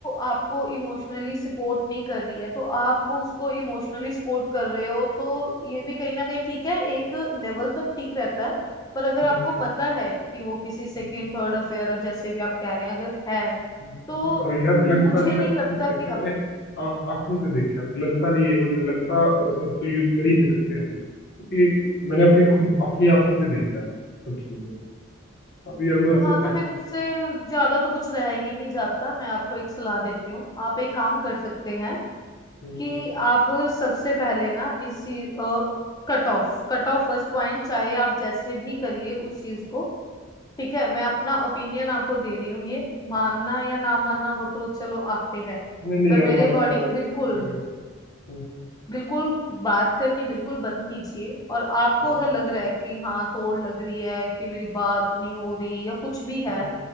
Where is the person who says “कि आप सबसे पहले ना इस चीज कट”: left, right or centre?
Left